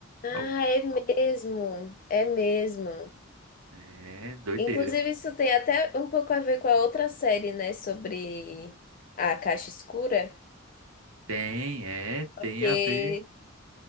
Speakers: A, on the left (about 40°); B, on the right (about 85°).
A: Ah,
B: Al-
A: é mesmo, é mesmo.
B: É doideira.
A: Inclusive, isso tem até um pouco a ver com a outra série, né, sobre a caixa escura,
B: Tem, é, tem
A: que
B: a ver.